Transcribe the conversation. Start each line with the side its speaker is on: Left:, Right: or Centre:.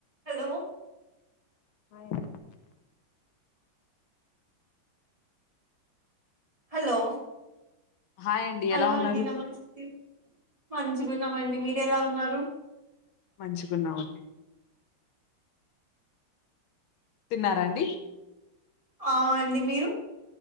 Right: Hello
Left: hi
Right: hello
Left: hi అండి
Right: hello
Left: ఎలా ఉన్నారు
Right: అండి నమస్తే మంచిగున్నామండి మీరు ఎలా ఉన్నారు
Left: మంచుకున్నామండి తిన్నారా అండి
Right: ఆ అండి మీరు